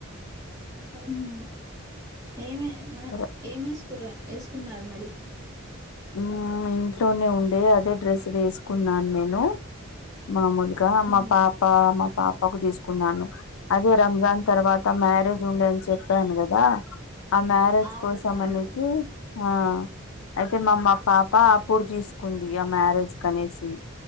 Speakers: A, on the right; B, on the left.
A: ఉమ్ ఏమే మ
B: ర-
A: ఏమేసుకున ఏసుకున్నారు మరి
B: ఉమ్ ఇంట్లోనే ఉండే అదే డ్రెస్ వేసుకున్నాను నేను మామూలు క మా
A: ఉహు
B: పాప మా పాపకు తీసుకున్నాను అదే రంజాన్ తర్వాత్ త మ్యారేజ్ ఉందని చెప్పాను కద్ దా ఆ మ్యారేజ్
A: అవును
B: కోసం
A: అవును
B: అనేశి ఆ అయితే మా మా పాప అప్పుడు తీసుకుంది ఆ మ్యారేజ్ కనేసి